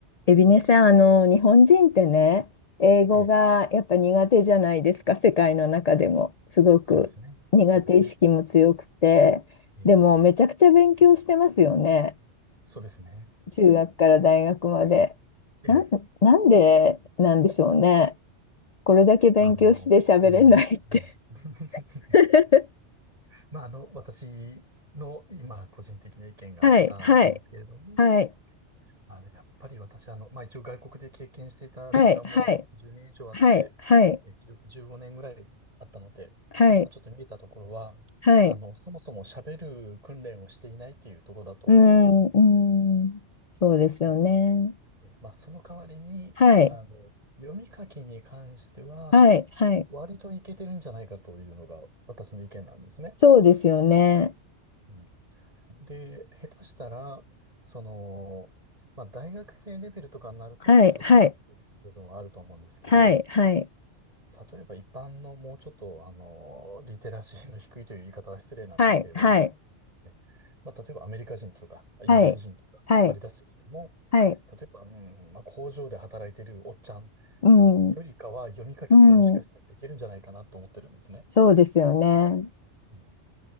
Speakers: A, on the left (about 45°); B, on the right (about 35°).
A: エビネさん、あの、日本人ってね、英語がやっぱ苦手じゃないですか、
B: ええ、
A: 世界の中でも。すごく苦手意識も強くて。
B: そうですね。そうですね。ええ、
A: でも、めちゃくちゃ勉強してますよね。
B: ええそうですね。
A: 中学から大学まで。
B: ええ、
A: なん、なんでなんでしょうね。これだけ勉強して喋れないって。
B: まあ、あの、うん、うん。<laughs>
A: <laughs>
B: まあ、あの、私の今、個人的な意見が多々なんですけれども、
A: はい、はい、はい、
B: まあ、やっぱり私、あの、まあ、一応外国で経験していた時間も10年以上あって、
A: はい、はい、はい、はい、
B: え、10 15年ぐらいあったので、
A: はい、
B: まあ、ちょっと見えたところは、
A: はい。
B: あの、そもそも喋る訓練をしていないっていうところだと思います。
A: うーん、うーん、そうですよね。
B: そうえまあ、その代わりに、
A: はい。
B: あの、読み書きに関しては、
A: はい、はい。
B: 割といけてるんじゃないかというのが私の意見なんですね。
A: そうですよね。
B: うんで、下手したら、その、まあ、大学生レベルとかになると、
A: はい、
B: ちょっと立ち入る部分はあると思うんですけど、
A: はい、はい、はい、
B: 例えば一般のもうちょっと、あの、リテラシーの低いという言い方は失礼なんですけれども、
A: はい、はい、
B: ね、まあ、例えばアメリカ人とか、イギリス人とか引っ張り出してきても、
A: はい、はい、はい、
B: 例えば、うん、まあ、工場で働いてるおっちゃん
A: うん、
B: よりかは読み書きってもしかしたらできるんじゃないかなと思ってるんですね。
A: うん、そうですよね。
B: うん。